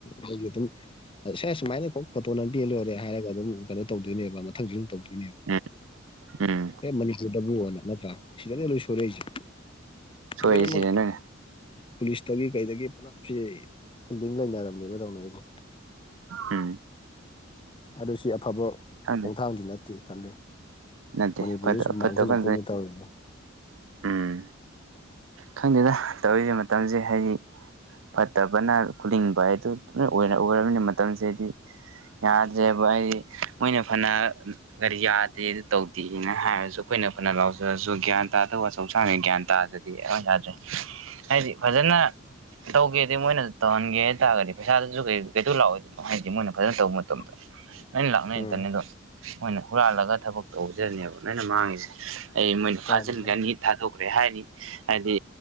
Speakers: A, on the left (about 25°); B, on the right (about 70°).
A: ꯑꯩꯒꯤ ꯑꯗꯨ ꯁ ꯁꯨꯃꯥꯏꯅ ꯀ ꯐꯣꯇꯣ ꯅꯇꯦꯜ ꯂꯣꯏꯔꯦ ꯍꯥꯏꯔꯒ ꯑꯗꯨꯝ ꯀꯩꯅꯣ ꯇꯧꯗꯣꯏꯅꯦꯕ ꯃꯊꯪꯁꯨ ꯑꯗꯨꯝ ꯇꯧꯗꯣꯏꯅꯦꯕ
B: ꯎꯝ ꯎꯝ
A: ꯑꯦ ꯃꯅꯤꯄꯨꯔꯗꯕꯨꯅ ꯅꯠꯇ꯭ꯔꯥ ꯁꯤꯗꯅꯦ ꯂꯣꯏ ꯁꯣꯏꯛꯏꯁꯦ
B: ꯁꯣꯏꯔꯤꯁꯤꯅꯦ
A: ꯃꯣꯏꯗꯃ
B: ꯅꯣꯏꯅ
A: ꯄꯨꯂꯤꯁꯇꯒꯤ ꯀꯩꯗꯒꯤ ꯄꯨꯂꯞꯁꯦ ꯐꯤꯜꯗꯤꯡ ꯂꯩꯅꯔꯝꯅꯦꯕ ꯇꯧꯅ ꯑꯩꯁꯦ
B: ꯎꯝ
A: ꯑꯗꯨ ꯁꯤ ꯑꯐꯕ
B: ꯈꯪꯗꯦ
A: ꯈꯣꯡꯊꯥꯡꯗꯤ ꯅꯠꯇꯦ ꯈꯜꯂꯤ
B: ꯅꯠꯇꯦ
A: ꯃꯅꯤꯄꯨꯔꯁꯤ
B: ꯐ
A: ꯁꯨꯝ
B: ꯐꯠꯇ
A: ꯃꯥꯡꯁꯤꯜꯂꯛꯇꯣꯏꯅꯦ
B: ꯄ
A: ꯇꯧꯔꯤꯁꯦ
B: ꯎꯝ ꯊꯣꯏꯗꯅ ꯇꯧꯔꯤꯕ ꯃꯇꯝꯁꯦ ꯍꯥꯏꯗꯤ ꯐꯠꯇꯕꯅ ꯈꯨꯜꯂꯤꯡꯕ ꯍꯥꯏꯗꯨ ꯂ ꯑꯣꯏꯅ ꯎꯔꯕꯔꯕꯅꯤꯅ ꯃꯇꯝꯁꯤꯗꯗꯤ ꯌꯥꯗ꯭ꯔꯦꯕ ꯑꯩꯗꯤ ꯃꯣꯏꯅ ꯐꯅ ꯀꯔꯤ ꯌꯥꯗꯦ ꯇꯧꯗꯦꯅ ꯍꯥꯏꯔꯁꯨ ꯑꯩꯈꯣꯏꯅ ꯐꯅ ꯂꯥꯎꯖꯔꯁꯨ ꯒ꯭ꯌꯥꯟ ꯇꯥꯗꯕ ꯑꯆꯧꯁꯥꯡꯁ ꯒ꯭ꯌꯥꯟ ꯇꯥꯗꯗꯤ ꯑꯩ ꯌꯥꯗ꯭ꯔꯦ ꯍꯥꯏꯗꯤ ꯐꯖꯅ ꯇꯧꯒꯦ ꯑꯗꯨꯗꯤ ꯃꯣꯏꯅꯁꯨ ꯇꯧꯍꯟꯒꯦ ꯍꯥꯏꯇꯥꯔꯒꯗꯤ ꯄꯩꯁꯥꯗꯨꯁꯨ ꯀꯩ ꯀꯩꯗꯣ ꯂꯥꯛꯑꯣꯏꯗꯅꯣ ꯍꯥꯏꯗꯤ ꯃꯣꯏꯅ ꯐꯖꯅ ꯇꯧꯕ ꯃꯇꯝꯗ
A: <unintelligible>
B: ꯅꯣꯏꯩꯅ ꯂꯥꯛꯅꯩꯇꯅꯤꯗꯣ
A: ꯎꯝ
B: ꯃꯣꯏꯅ ꯍꯨꯔꯥꯜꯂꯒ ꯊꯕꯛ ꯇꯧꯖꯅꯦꯕ ꯅꯣꯏꯅ ꯃꯥꯡꯉꯤꯁꯦ ꯑꯩ ꯃꯣꯏꯅ
A: ꯃꯥꯅꯤ
B: ꯐꯥꯖꯤꯟꯈ꯭ꯔꯅꯤ
A: ꯃꯥꯅꯤ
B: ꯊꯥꯗꯣꯛꯈ꯭ꯔꯦ ꯍꯥꯏꯅꯤ ꯍꯥꯏꯗꯤ